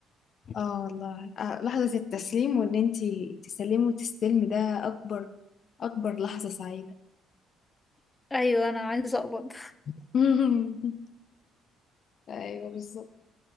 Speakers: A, on the left; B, on the left.
A: اه والله آه، لحظة التسليم وان انتي تسلمي وتستلمي ده اكبر اكبر لحظة سعيدة
B: ايوه انا عايزه اقبض
A: <laughs> ايوه بالظبط